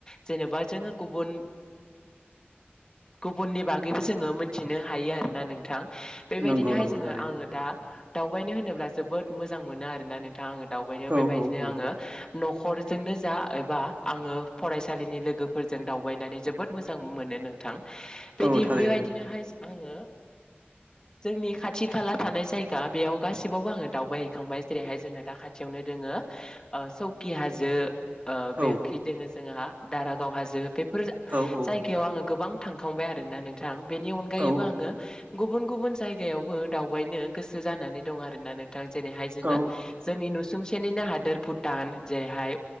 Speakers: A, on the left; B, on the right.
A: जेनेबा जोंङो गुबुन गुबुननि बागैबो जोंङो मोनथिनो हायो आरोना नोंथां बेबायदिनोहाय
B: नंगौ नंगौ
A: जोंङो
B: थारैनो
A: आंङो दावबायनो होनोब्ला जोबोद मोजां मोनो आरोना नोंथाङा आंङो दावबायनोाव
B: औ
A: बेबायदिनो
B: औ औ
A: आंङो न'खरजोंनो जा एबा आङो फरायसालिनि लोगोफोरजों दावबायनानै जोबोद मोजां मोनो नोंथां
B: औ थारैनो
A: बेबायदिनोहाय आंङो जोंनि खाथि खाला थानाय जायगा बेयाव गासिबावबो आङो दावबायहैखांबाय जेरैहाय जोंना दा खाथियावनो दोङोौ सखि हाजो बेखि
B: औ
A: दोंङो जोंहा दारागाव हाजो बेफोर
B: औ औ
A: जायगायाव आंङो गोबां थांखांबाय आरोना नोंथां बेनि अनगायैबो
B: औ
A: आंङो गुबुन गुबुन जायगायावबो दाउ दावबायनो गोसो जाना दं आरोना नोंथां जेरै हायो
B: औ
A: जोंङों नुसुंसेनिनो हादोर भुटान जेरैहाय